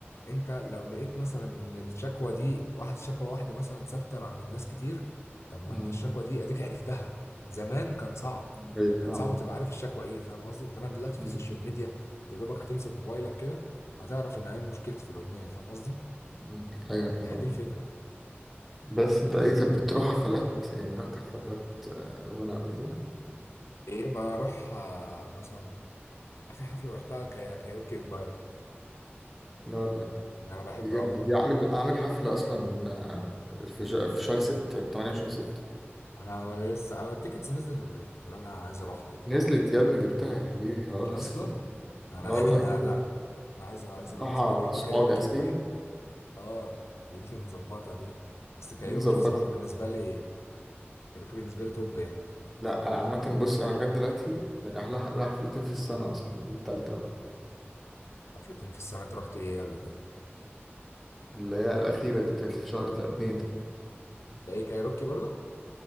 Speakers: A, on the left; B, in the centre.
A: انت لو لقيت مثلا ان الشكوى دي واحد شكوى واحده مثلا ثابته مع من ناس كتير طب ما
B: مم.
A: انت الشكوى دي اديك عرفتها زمان كان صعب
B: ايوه
A: كان
B: فاهم
A: صعب تبقى عارف الشكوى ايه فاهم قصدي انما دلوقتي
B: مم.
A: في سوشيال ميديا انت يا دوبك هتمسك موبايلك كده هتعرف ان ايه مشكلتي في الاغنيه فاهم قصدي
B: مم. ايوه ايوه
A: فهي
B: فاهم
A: دي الفكره
B: بس انت ايه طب بتروح حفلات يعني رحت حفلات آه، غنى قبل كده
A: ايه بروح آه، مثلا اخر حفله رحتها كا- كايروكي امباير
B: لا والله
A: ده انا بحب
B: دي جامدة
A: اه
B: دي عامل عامل حفلة أصلا آه، في ش- في شهر ستة تمانية وعشرين ستة
A: انا لسه اه التيكتس نزلت ولا ايه عشان انا عايز اروحها دي
B: نزلت يا ابني جبتها يا حبيبي خلاص
A: اصلا
B: <laughs>
A: انا
B: اه والله جبتها
A: <laughs> لا انا عايز انا عايز اروح
B: رايحة
A: بصراحه بحب
B: مع صحابي
A: كايروكي
B: عايز تيجي
A: بحب اه خلينا نظبطها دي بس كايروكي
B: دي نظبطها
A: بصراحه بالنسبه لي كايروكي بالنسبه لي توب يعني
B: لا أنا عامة بص أنا لغاية دلوقتي يعني رايح لها- رايح حفلتين في السنة أصلا دي التالتة بقى.
A: حفلتين في السنه انت رحت ايه قبل كده
B: اللي هي الأخيرة دي كانت في شهر تا- اتنين
A: ده ايه كايروكي برضه